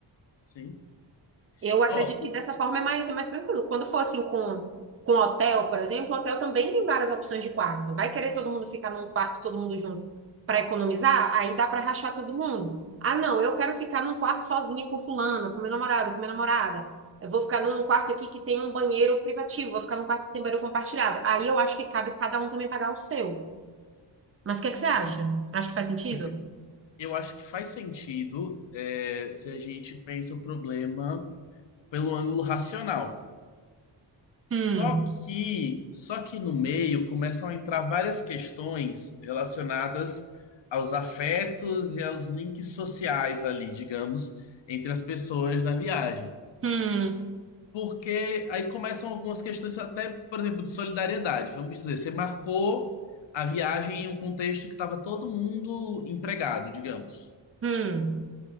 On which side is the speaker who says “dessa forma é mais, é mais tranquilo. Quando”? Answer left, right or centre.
Right